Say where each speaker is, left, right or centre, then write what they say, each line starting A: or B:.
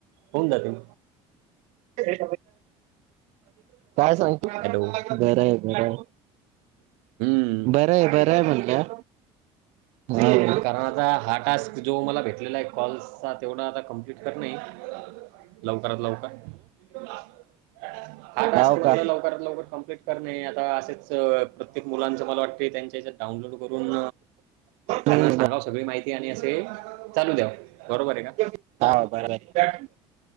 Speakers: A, on the right; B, on the right.
A: होऊन जातील.
B: <inaudible> काय सांगत, बरं
A: हॅलो
B: आहे बरं आहे.
A: हम्म
B: बरं आहे बरं आहे म्हणलं. हम्म
A: होव कारण आता हा टास्क जो मला भेटलेला आहे कॉल्सचा तेवढा आता कमप्लीट करन आहे. लवकरात लवकर, <inaudible> हा टास्क
B: हो
A: म्हणलं
B: का
A: लवकरात लवकर कमप्लीट. करनं आहे आता असेच प्रत्येक मुलांचं मला वाटतं त्यांच्या ह्याच्यात डाउनलोड करून त्यांना
B: हम्म
A: सांगाव
B: हो
A: सगळी माहिती आणि असे चालू द्याव बरोबर आहे का?
B: हो बरोबर आहे,